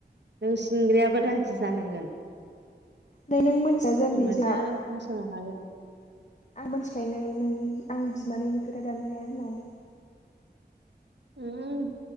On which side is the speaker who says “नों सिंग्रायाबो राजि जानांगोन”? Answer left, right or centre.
Right